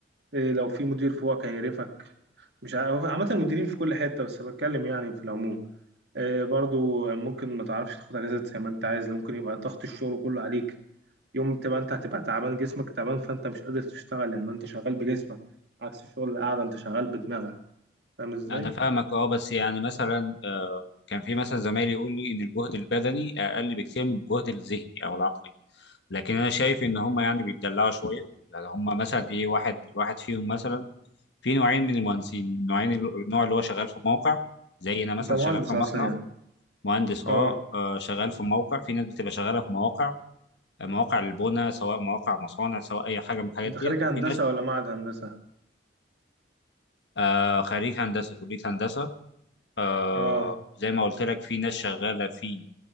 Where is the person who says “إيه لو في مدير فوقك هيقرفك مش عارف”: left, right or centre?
Right